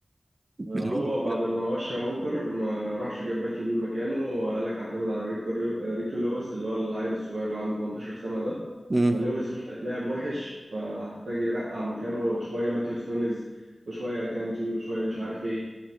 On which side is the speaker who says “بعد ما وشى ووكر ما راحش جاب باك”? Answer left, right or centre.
Right